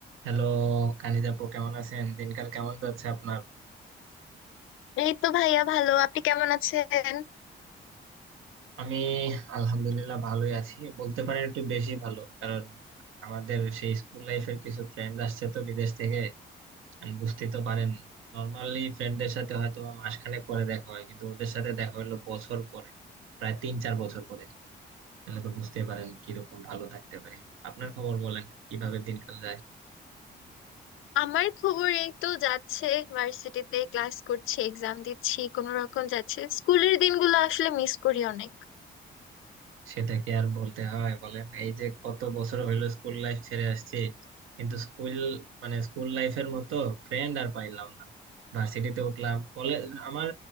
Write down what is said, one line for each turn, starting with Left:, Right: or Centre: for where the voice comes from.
Right: Hello কানিজাপু কেমন আছেন দিনকাল কেমন যাচ্ছে আপনার
Left: এই তো ভাইয়া ভালো আপনি কেমন আছেন
Right: আমি আলহামদুলিল্লাহ ভালোই আছি বলতে পারেন একটু বেশি ভালো কারণ আমাদের সেই স্কুল লাইফের কিছু ফ্রেন্ড আসছে তো বিদেশ থেকে আমি বুঝতে তো পারেন নর্মালি ফ্রেন্ডদের সাথে হয়তো বা মাসখানেক পরে দেখা হয় কিন্তু ওদের সাথে দেখা হলো বছর পরে প্রায় তিন চার বছর পরে তাহলে তো বুঝতেই পারেন কিরকম ভালো থাকতে পারে আপনার খবর বলেন কিভাবে দিনকাল যায়
Left: আমার খবর এই তো যাচ্ছে ভার্সিটিতে ক্লাস করছি এক্সাম দিচ্ছি কোনো রকম যাচ্ছে স্কুলের দিনগুলো আসলে মিস করি অনেক
Right: সেটা কি আর বলতে হয় বলেন এই যে কত বছর হইলো স্কুল লাইফ ছেড়ে আসছি কিন্তু স্কুল মানে স্কুল লাইফের মতো ফ্রেন্ড আর পাইলাম না ভার্সিটিতে উঠলাম কলেজ আমার